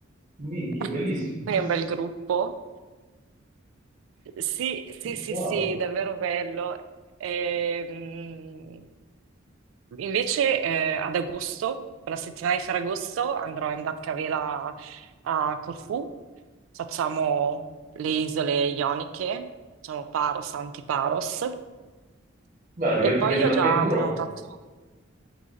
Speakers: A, on the right; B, on the right.
A: Minchia,
B: <laughs> Quindi
A: bellissimo.
B: è
A: <laughs>
B: un bel gruppo. Sì, sì, sì,
A: Wow.
B: sì, davvero bello. Ehm, invece eh, ad agosto, per la settimana di Ferragosto, andrò in barcavela a Corfù. Facciamo le isole ioniche, facciamo Paros, Antiparos.
A: Beh,
B: E
A: ti
B: poi
A: ti piace
B: io
A: l'avventura
B: ho già prenotato.
A: comunque.